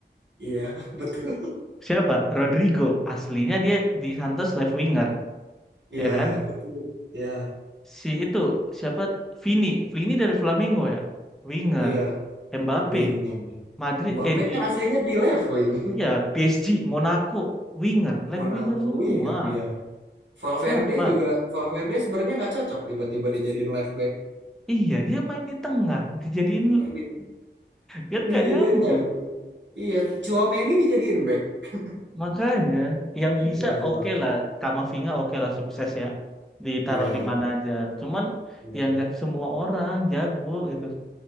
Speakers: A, on the right; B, in the centre.
A: Iya, <laughs> betul.
B: Siapa? Rodrigo aslinya dia di Santos left winger
A: Iya,
B: ya kan?
A: betul. Iya,
B: Si itu siapa? Vini, Vini dari Flamengo ya, winger.
A: iya,
B: Mbappe.
A: winger.
B: Madrid
A: Mbappe
B: eh di
A: kan aslinya di left wing.
B: iya PSG Monaco winger left
A: Monaco
B: winger semua
A: winger dia. Valverde
B: siapa
A: juga Valverde sebenarnya nggak cocok tiba-tiba dijadiin left back.
B: iya dia main di tengah dijadiin
A: Main di,
B: kan nggak
A: dijadiin
B: nyambung
A: left back. Iya, Tchouaméni dijadiin back.
B: makanya yang bisa
A: Nggak jelas.
B: oke lah Kamavinga oke lah sukses ya ditaruh
A: Ya,
B: di mana aja cuman
A: iya.
B: ya nggak semua orang jago gitu